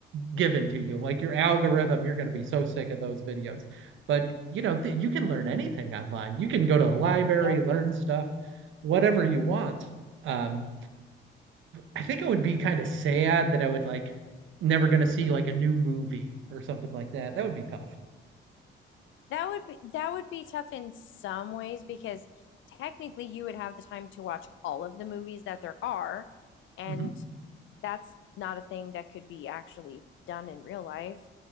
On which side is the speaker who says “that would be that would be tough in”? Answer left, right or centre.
Left